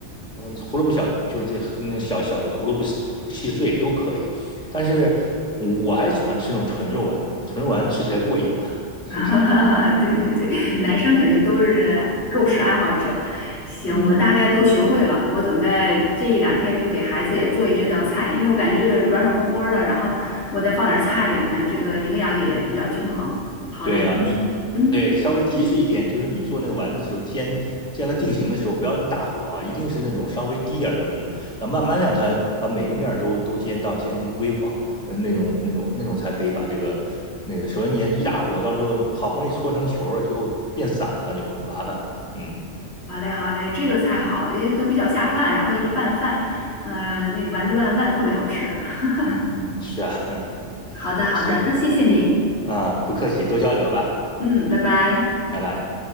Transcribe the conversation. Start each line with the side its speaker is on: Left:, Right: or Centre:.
Centre: 然后胡萝卜小就这那小小的胡萝卜细细碎都可以，但是我我还喜欢吃那种纯肉丸子，纯肉丸吃起来过瘾呢、是不是？
Left: <laughs> 对对对，
Centre: 嗯
Left: 男生肯定都是肉食爱好者。行，
Centre: 嗯，
Left: 我大概都学会了，我准备这一两天就给孩子也做一这道菜，因为我感觉这个软软和和儿的，然后我再放点儿菜里面，这个营养也比较均衡。好嘞，
Centre: 对啊，你对稍微提示一点，
Left: 嗯。
Centre: 就是你做那个丸子的时候，煎煎了定型的时候，不要用大火啊，一定是那种稍微低点儿的温，然后慢慢让它把每个面儿都都煎到煎成微黄，呃，那种那种那种才可以把这个那个，首先你一大火，到时候好不容易搓成球了，最后变散了就麻烦了，嗯。
Left: 好嘞，好嘞，这个菜好，因为它比较下饭，然后一拌饭，嗯，那个丸子拌饭特别好吃。<laughs>
Centre: 嗯嗯，是啊，<laughs>
Left: 好的，好的，
Centre: 行
Left: 那谢谢你，
Centre: 啊，不客气，多交流吧，
Left: 嗯，拜拜。
Centre: 拜拜。